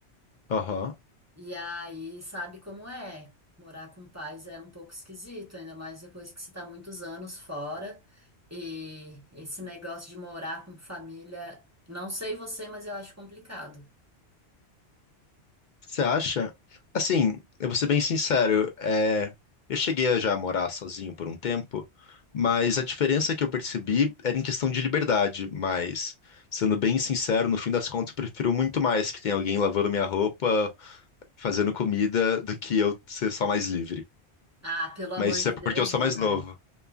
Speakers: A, on the left; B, on the right.
A: Aham.
B: E aí, sabe como é? Morar com pais é um pouco esquisito, ainda mais depois que você tá muitos anos fora. E esse negócio de morar com família, não sei você, mas eu acho complicado.
A: Você acha? Assim, eu vou ser bem sincero, é, eu cheguei a já morar sozinho por um tempo, mas a diferença que eu percebi era em questão de liberdade, mas sendo bem sincero, no fim das contas eu prefiro muito mais que tenha alguém lavando minha roupa, fazendo comida, do que eu ser só mais livre.
B: Ah, pelo amor
A: Mas isso
B: de
A: é
B: Deus,
A: porque eu sou
B: Bernardo.
A: mais novo.